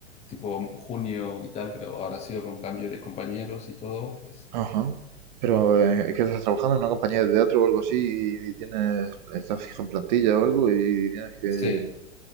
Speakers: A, on the left (about 20°); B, on the right (about 40°).
A: tipo junio y tal, pero ahora ha sido con cambio de compañeros y todo, pues.
B: Ajá. Pero eh, es que estás trabajando en una compañía de teatro o algo así y, tienes, estás fija en plantilla o algo y tienes que,
A: Sí,